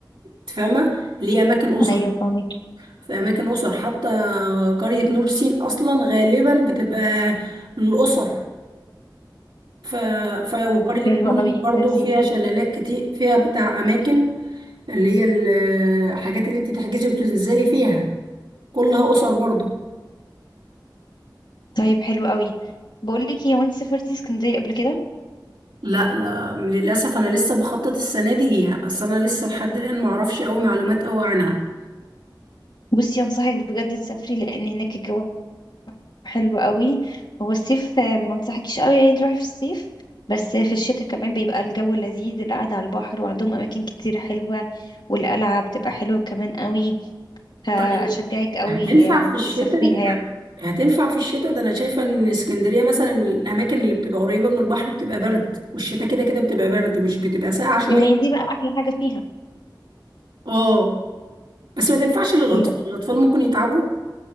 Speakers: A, on the right; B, on the left.
A: تفهمة ليه اماكن اسر
B: ايوه فاهمك
A: في اماكن اسر حتى قرية نور سين اصلا غالبا بتبقى للاسر ف... ف... وقرية
B: حلو
A: تونس
B: قوي
A: برضو
B: لذيذ
A: فيها شلالات كتير فيها بتاع أماكن اللي هي ال- الحاجات اللي انت تحجزي وتنزلي فيها كلها أسر برضو
B: طيب حلو قوي بقول لك ايه، هو انت سافرتي اسكندريه قبل كده
A: لا لا للأسف أنا لسه بخطط السنة دي ليها بس أنا لسه لحد الآن معرفش أوي معلومات أوي عنها
B: بصي انصحك بجد تسافري لان هناك الجو حلو قوي هو الصيف آه، ما انصحكيش قوي يعني تروحي في الصيف بس في الشتاء كمان بيبقى الجو لذيذ القعده على البحر وعندهم اماكن كتير حلوه والقلعه بتبقى حلوه كمان قوي فأشجعك
A: طيب
B: قوي
A: هتنفع
B: آه،
A: في الشتاء
B: تسافريها يعني
A: هتنفع في الشتاء ده أنا شايفة إن اسكندرية مثلا الأماكن اللي بتبقى قريبة من البحر بتبقى برد والشتاء كده كده بتبقى برد مش بتبقى ساقعة شوية
B: ما هي دي بقى احلى حاجه فيها
A: اه بس ما تنفعش للأطفال
B: يبقى
A: الأطفال ممكن يتعبوا